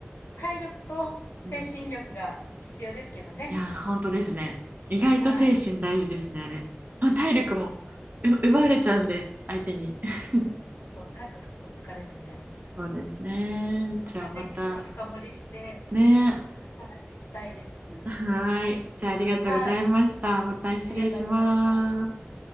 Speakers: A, on the left; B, on the right.
A: 体力と精神力が必要ですけどね。
B: うん。いやー、本当ですね。意外と精神大事ですね、
A: はい。
B: あれ。まあ、体力もう奪われちゃうんで、
A: そ
B: 相手に。<laughs>
A: そうそうそう、なんかちょっと疲れるみたいな。
B: そうですね。
A: またぜひちょっと深掘りして
B: じゃあまた、ね。
A: 話したいです。
B: はーい。じゃあありがとうございました。
A: はい、
B: また失礼します。
A: ありがとうございます。